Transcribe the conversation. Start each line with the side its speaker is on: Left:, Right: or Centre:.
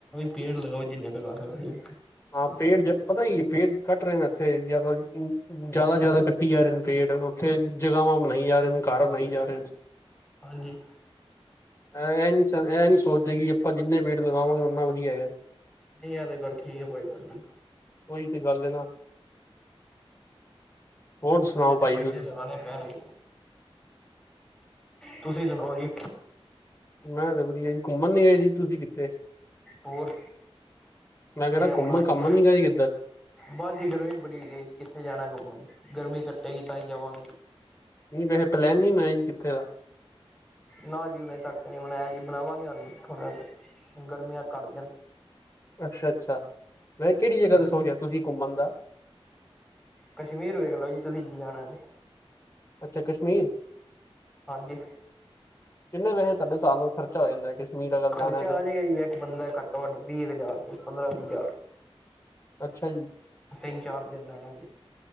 Centre: ਪੇੜ ਲਗਾਓ ਜਿੰਨੇ ਲਗਾ ਸਕਦੇ ਹੋ।
Left: ਹਾਂ, ਪੇੜ ਜ ਪਤਾ ਹੀ ਹੈ ਪੇੜ ਘੱਟ ਰਹੇ ਨੇ ਇੱਥੇ ਜਿਆਦਾ ਜ਼ਿਆਦਾ -ਜ਼ਿਆਦਾ ਕੱਟੀ ਜਾ ਰਹੇ ਨੇ ਪੇੜ, ਉੱਥੇ ਜਗ੍ਹਾਵਾਂ ਬਣਾਈ ਜਾ ਰਹੇ ਨੇ, ਘਰ ਬਣਾਈ ਜਾ ਰਹੇ ਨੇ,
Centre: ਹਾਂਜੀ।
Left: ਇਹ ਨਹੀਂ -ਇਹ ਨਹੀਂ ਸੋਚਦੇ ਕਿ ਆਪਾਂ ਜਿੰਨੇ ਪੇੜ ਲਗਾਵਾਂਗੇ ਉਨਾ ਵਧੀਆ ਹੈਗਾ।
Centre: ਨਹੀਂ ਆ ਤੇ ਗੱਲ ਠੀਕ ਹੈ ਭਾਈ ਤੁਹਾਡੀ।
Left: ਉਈ ਤੇ ਗੱਲ ਐ ਨਾ, ਹੋਰ ਸੁਣਾਓ
Centre: ਇਹ
Left: ਭਾਜੀ
Centre: ਤੇ ਪੇਜੇ
Left: ਤੁਸੀਂ
Centre: ਲਗਾਣੇ ਪੈਣਗੇ, ਤੁਸੀਂ ਸੁਣਾਓ ਜੀ।
Left: ਮੈਂ ਤਾਂ ਵਧੀਆ ਜੀ ਘੁੰਮਣ ਨੀ ਆਏ ਜੀ ਤੁਸੀਂ ਕਿੱਤੇ?
Centre: ਹੋਰ
Left: ਮੈਂ ਕਹਿੰਦਾ
Centre: ਤੇ ਆਪਣਾ
Left: ਘੁੰਮਣ
Centre: ਜੀ
Left: ਘਾਮਣ ਨੀ ਗਏ ਕਿੱਧਰ।
Centre: ਬਸ ਜੀ ਗਰਮੀ ਬੜੀ ਹੈਗੀ ਕਿੱਥੇ ਜਾਣਾ ਘੁੰਮਣ ਗਰਮੀ ਘਟੇਗੀ ਤਾਂ ਹੀ ਜਾਵਾਂਗੇ।
Left: ਨਹੀਂ ਵੈਸੇ ਪਲੈਨਿੰਗ ਬਣਾਈ ਕਿੱਥੇ ਦਾ।
Centre: ਨਾ ਜੀ ਹਲੇ ਤੱਕ ਨਹੀਂ ਬਣਾਇਆ ਜੀ, ਬਣਾਵਾਂਗੇ ਹਲੇ ਥੋੜ੍ਹਾ ਗਰਮੀਆਂ ਘੱਟ ਜਾਣ।
Left: ਅੱਛਾ -ਅੱਛਾ ਵੈਸੇ ਕਿਹੜੀ ਜਗ੍ਹਾ
Centre: ਹਾਂਜੀ
Left: ਦੱਸੋ ਗਿਆ ਤੁਸੀਂ ਘੁੰਮਣ ਦਾ!
Centre: ਕਸ਼ਮੀਰ ਵੇਖਲੋ ਜੀ ਤੁਸੀਂ ਜਾਣਾ ਤੇ।
Left: ਅੱਛਾ ਕਸ਼ਮੀਰ।
Centre: ਹਾਂਜੀ।
Left: ਕਿੰਨੇ ਵੈਸੇ ਤੁਹਾਡੇ ਸਾਲ ਨੂੰ ਖਰਚਾ ਹੋ ਜਾਂਦਾ ਕਸ਼ਮੀਰ ਅਗਰ
Centre: ਖਰਚਾ
Left: ਜਾਣਾ ਤੇ?
Centre: ਆ ਜਾਏਗਾ ਜੀ ਇੱਕ ਬੰਦਾ ਘੱਟੋ ਘੱਟ ਤੀਹ ਹਜ਼ਾਰ ਪੰਦਰਾਂ ਵੀਹ ਹਜ਼ਾਰ।
Left: ਅੱਛਾ ਜੀ,
Centre: ਤਿੰਨ ਚਾਰ ਦਿਨ ਰਹਿਣਾ ਜੀ।